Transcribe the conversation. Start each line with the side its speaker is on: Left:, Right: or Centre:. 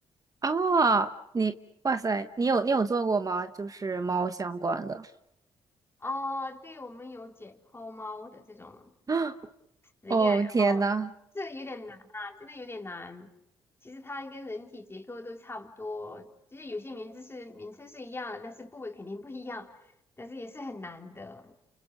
Right: 啊，你哇塞，你有你有做过吗？就是猫相关的。
Left: 哦，对，我们有解剖猫的这种，
Right: <gasps>
Left: 实验，
Right: 哦，
Left: 然后这有点难啊，
Right: 天呐，
Left: 真的有点难。其实它跟人体结构都差不多，就是有些名字是名称是一样的，但是部位肯定不一样，但是也是很难的。